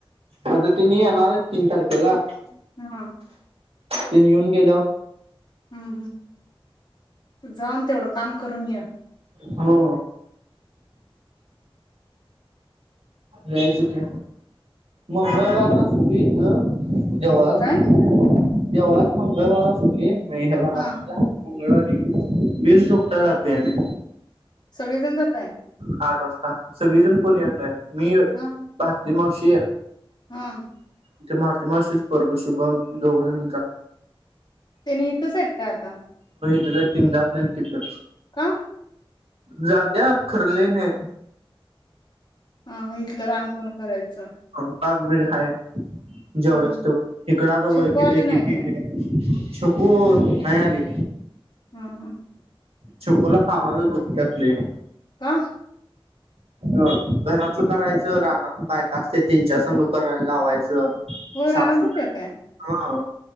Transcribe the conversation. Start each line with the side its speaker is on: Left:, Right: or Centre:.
Right: आता त्यांनी येणारे तीन तारखेला.
Left: हा.
Right: त्यांनी येऊन गेल्यावर
Left: हम् हम् जाऊन तेवढं काम करून य.
Right: हो. जायचं की मुंबईवरून चालू इथं देवळात
Left: काय?
Right: देवळात मंगळवार असतोय. नाही हेला
Left: हा
Right: आ मंगळवारी बिन चुकता जातोय आम्ही.
Left: सगळेजण जाताय?
Right: आठ वाजता सगळीजण कोण येत नाही. मी
Left: हा
Right: ते मावशी
Left: हा.
Right: ते मारुती मावशी चा पोरगा शुभम दोघेजण
Left: त्यांनी हितच आहेत का आता.
Right: हितच आहे त्यांनी जात नाही तिकडे.
Left: का?
Right: जात्यात ख र लइ नायी.
Left: हा हा इथलं रान कोण करायचं.
Right: पाग बीड खाय जेवढ्याच
Left: हा हा
Right: तेवड. हीकडं आता
Left: छक्कू
Right: वळकी
Left: आले
Right: बीळकी
Left: नाही
Right: केलय.
Left: काय?
Right: छकू नाय आली.
Left: हम् हम
Right: छकुला कामाला जुप्त्यात लय
Left: ह
Right: अ घरातलं करायचं रानात बायका असते त्यांच्यासग करायला लावायचं
Left: होय
Right: सास
Left: रानात
Right: अ
Left: जात्या काय?